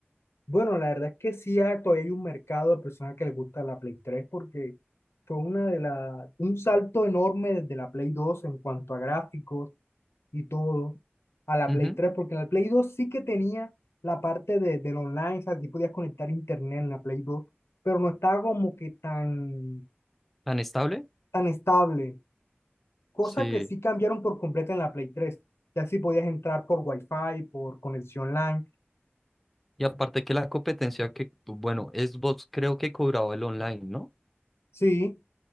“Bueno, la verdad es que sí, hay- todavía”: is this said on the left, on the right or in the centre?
Left